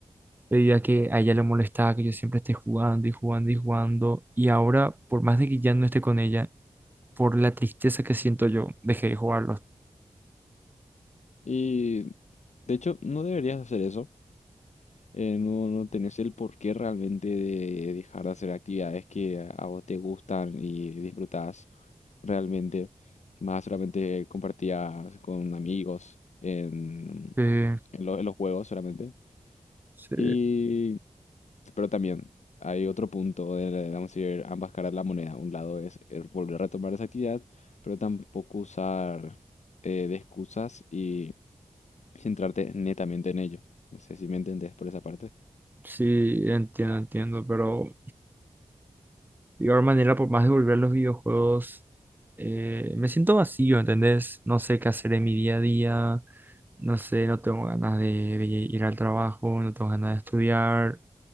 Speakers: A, on the right; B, on the left.
A: debido a que a ella le molestaba que yo siempre esté jugando y jugando y jugando y ahora por más de que ya no esté con ella, por la tristeza que siento yo, dejé de jugarlos.
B: Y de hecho, no deberías hacer eso. eh, no, no tenés el porqué realmente de dejar de hacer actividades que a a vos te gustan y disfrutás realmente. Más solamente compartías con amigos en,
A: Eh,
B: en lo- en los juegos solamente.
A: Sí,
B: Y, pero también hay otro punto de, la- vamos a decir, ambas caras de la moneda. Un lado es eh, volver a retomar esa actividad, pero tampoco usar eh, de excusas y centrarte netamente en ello. No sé si me entendés por esa parte.
A: sí, entiendo, entiendo, pero de igual manera, por más de volver a los videojuegos, eh, me siento vacío, ¿entendés? No sé qué hacer en mi día a día, no sé, no tengo ganas de, de ir al trabajo, no tengo ganas de estudiar,